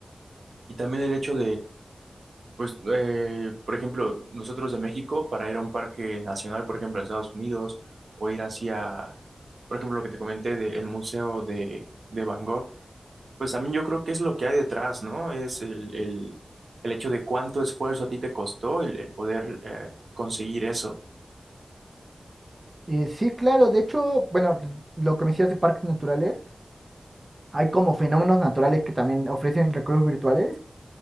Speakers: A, on the right (about 75°); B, on the right (about 30°).
A: Y también el hecho Pues, eh, por ejemplo, nosotros de México, para ir a un parque nacional, por ejemplo, en Estados Unidos, o ir hacia, por ejemplo, lo que te comenté del Museo de, de Van Gogh, pues también yo creo que es lo que hay detrás, ¿no? Es el, el, el hecho de cuánto esfuerzo a ti te costó el, el poder eh, conseguir eso.
B: Eh, sí, claro, de hecho, bueno, l- lo que me decías de parques naturales, hay como fenómenos naturales que también ofrecen recursos virtuales,